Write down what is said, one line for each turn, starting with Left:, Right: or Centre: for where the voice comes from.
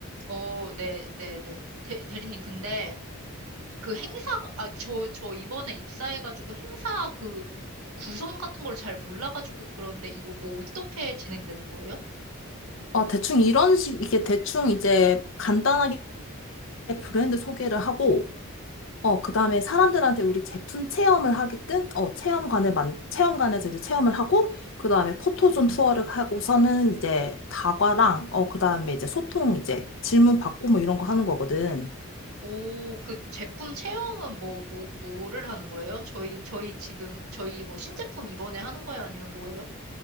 Right: 어, 네, 네, 네. 대, 대리님, 근데 그 행사, 아, 저, 저 이번에 입사해가지고 행사 그 구성 같은 걸 잘 몰라가지고 그런데 이거 뭐 어떻게 진행되는 거예요?
Left: 아, 대충 이런 식, 이게 대충 이제 간단하게 브랜드 소개를 하고, 어, 그 다음에 사람들한테 우리 제품 체험을 하게끔, 어, 체험관을 만, 체험관에서 이제 체험을 하고, 그 다음에 포토존 투어를 하고서는 이제 다과랑, 어, 그 다음에 이제 소통 이제 질문 받고 뭐 이런 거 하는 거거든.
Right: 오, 그 제품 체험은 뭐, 뭐, 뭐를 하는 거예요? 저희, 저희 지금, 저희 뭐 신제품 이번에 하는 거예요? 아니면 뭐예요?